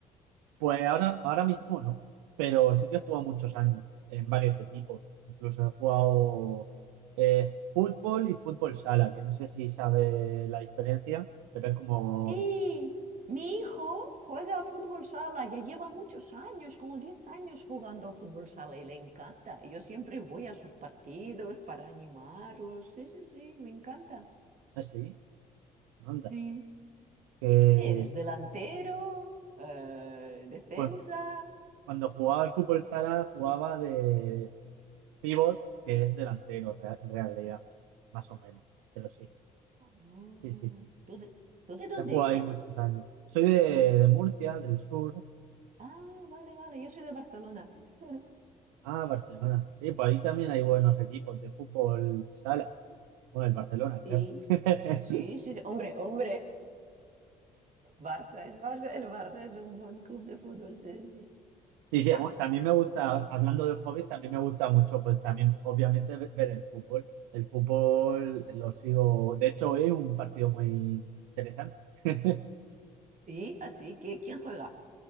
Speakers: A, on the right; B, on the right.
A: Pues ahora, ahora mismo no, pero sí que he jugado muchos años en varios equipos. Incluso he jugado eh, fútbol y fútbol sala, que no sé si sabe la diferencia, pero es como
B: Sí, mi hijo juega a fútbol sala, ya lleva muchos años, como 10 años jugando a fútbol sala y le encanta. Y Yo siempre voy a sus partidos para animarlos. Sí, sí, sí, me encanta.
A: así, anda.
B: Sí.
A: Que,
B: ¿Y tú qué eres? ¿Delantero? Eh, ¿defensa?
A: pues, cuando jugaba al fútbol sala jugaba de pivot, que es delantero rea- en realidad, más o menos, pero sí,
B: Mm,
A: sí, sí, sí, sí.
B: ¿Tú de, tú de dónde
A: He jugado
B: eres?
A: ahí muchos años. Soy de, de Murcia, del sur.
B: Ah, vale, vale, yo soy de Barcelona. <laughs>
A: Ah, Barcelona. Sí, por ahí también hay buenos equipos de fútbol sala. Bueno, el Barcelona, claro.
B: Sí,
A: <laughs>
B: sí, sí, hombre, hombre, Barça es Barça, el Barça es un buen club de fútbol, sí, sí. sí.
A: Sí, sí,
B: A
A: bueno,
B: mí-
A: también me gusta, hablando de hobbies, también me gusta mucho, pues también, obviamente, ve- ver el fútbol. El fútbol lo sigo. De hecho, hoy un partido muy interesante. <laughs>
B: Sí, así que ¿quién juega?